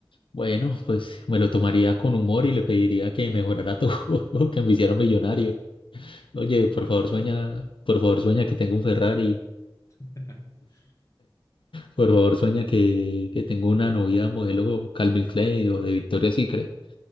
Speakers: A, on the left; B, on the left.
A: Bueno, pues me lo tomaría con humor y le pediría que mejorara todo, <laughs> que me hiciera millonario. Oye,
B: ¿Te
A: por
B: imaginas?
A: favor sueña, por favor sueña que tengo un Ferrari,
B: <laughs>
A: por favor sueña que, que tengo una novia modelo Calvin Klein o de Victoria's Secret.